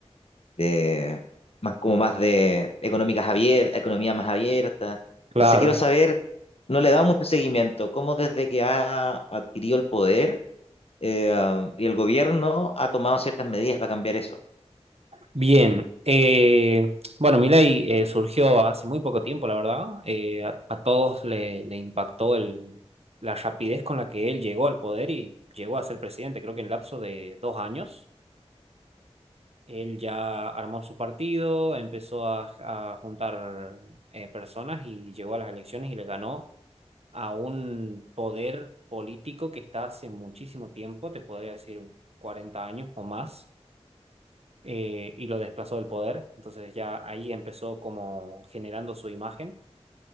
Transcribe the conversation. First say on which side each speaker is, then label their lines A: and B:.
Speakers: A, on the left (about 60°); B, on the right (about 65°).
A: de más como más de económicas abiertas, economía más abierta.
B: claro.
A: Entonces quiero saber, no le he dado mucho seguimiento, cómo desde que ha adquirido el poder eh, y el gobierno ha tomado ciertas medidas para cambiar eso,
B: Bien. eh, bueno, Milei eh, surgió hace muy poco tiempo, la verdad. Eh, a, a todos le, le impactó el, la rapidez con la que él llegó al poder y llegó a ser presidente. Creo que en lapso de dos años, él ya armó su partido, empezó a, a juntar eh, personas y llegó a las elecciones y le ganó a un poder político que está hace muchísimo tiempo, te podría decir 40 años o más eh, y lo desplazó del poder. Entonces ya ahí empezó como generando su imagen.